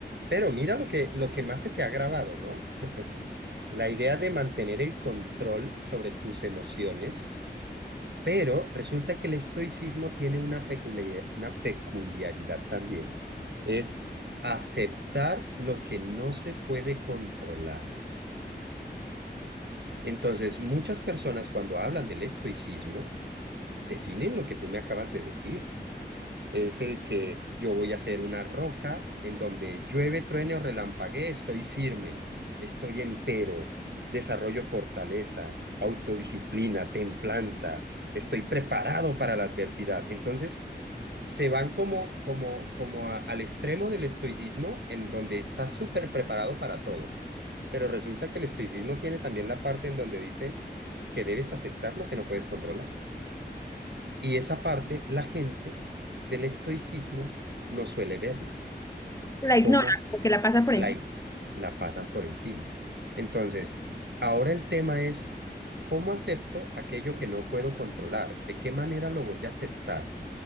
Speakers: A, on the right (about 75°); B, on the left (about 20°).
A: Pero mira lo que, lo que más se te ha grabado, ¿no? La idea de mantener el control sobre tus emociones, pero resulta que el estoicismo tiene una peculiaridad, una peculiaridad también. Es aceptar lo que no se puede controlar. Entonces, muchas personas cuando hablan del estoicismo definen lo que tú me acabas de decir. es el que yo voy a ser una roca en donde llueve, truene o relampaguee, estoy firme, estoy entero, desarrollo fortaleza, autodisciplina, templanza, estoy preparado para la adversidad. Entonces, se van como, como, como a- al extremo del estoicismo en donde está súper preparado para todo. Pero resulta que el estoicismo tiene también la parte en donde dice que debes aceptar lo que no puedes controlar. Y esa parte la gente del estoicismo no suele verla,
B: La ignora,
A: cómo
B: porque la pasa por
A: la,
B: encima.
A: la pasan por encima. Entonces, ahora el tema es, ¿cómo acepto aquello que no puedo controlar? ¿De qué manera lo voy a aceptar?